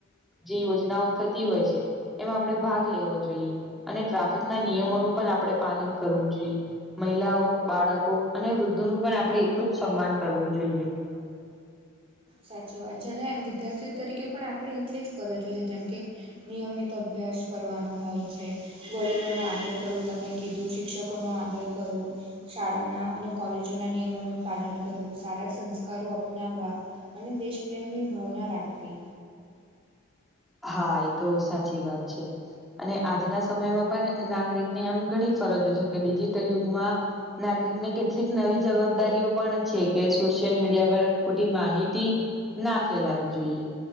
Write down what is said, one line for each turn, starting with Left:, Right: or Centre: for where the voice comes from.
Centre: જે યોજનાઓ થતી હોય છે. એમાં આપણે ભાગ લેવો જોઈએ અને ટ્રાફિક ના નિયમોનું પણ આપણે પાલન કરવું જોઈએ મહિલાઓ, બાળકો અને વૃદ્ધોનું પણ આપણે એટલું જ સન્માન કરવું જોઈએ
Right: સાચી વાત છે અને વિદ્યાર્થી તરીકે પણ આપણે એટલી જ ફરજો છે જેમ કે નિયમિત અભ્યાસ કરવાનો હોય છે. વડીલો નો આદર કરવું તમે કીધું શિક્ષકો નો આદર કરવો શાળાના અને કોલેજોના નિયમોનું પાલન કરવું સારા સંસ્કારો અપનાવવા અને દેશપ્રેમની ભાવના રાખવી.
Centre: હા એ તો સાચી વાત છે. અને આજના સમયમાં પણ નાગરિક ની આમ ઘણી ફરજો છે કે ડિજિટલ યુગમાં નાગરિક ને કેટલીક નવી જવાબદારીઓ પણ છે. કે સોશિયલ મીડિયા પર ખોટી માહિતી ના ફેલાવી જોઈએ.